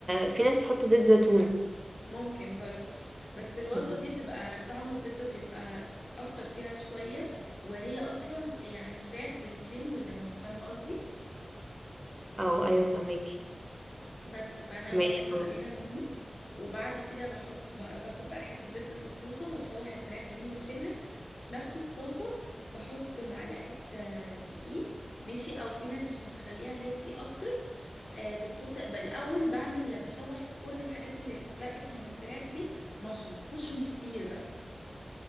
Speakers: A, on the right; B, on the left.
A: في ناس بتحط زيت زيتون
B: ممكن برضو بس الوصفة
A: مم.
B: دي بتبقى طعم الزبدة بيبقى أكتر فيها شوية وهي أصلا يعني فراخ بالكريمة والليمون فاهمة قصدي؟
A: او ايوه فهماكي
B: بس فأنا بعصر
A: ماشي
B: عليها
A: خلاص
B: ليمون وبعد كده بحط ب- باخد بقى حتة زبدة في الطاسة وأشوح الفراخ دي وأشيلها وفي نفس الطاسة بحط معلقة آه، دقيق ماشي أو في ناس عشان تخليها هيلسي أكتر آه، بتحط بالأول بعمل بشوح في كل الحاجات اللي اتبقت من الفراخ دي مشروم مشروم كتير بقى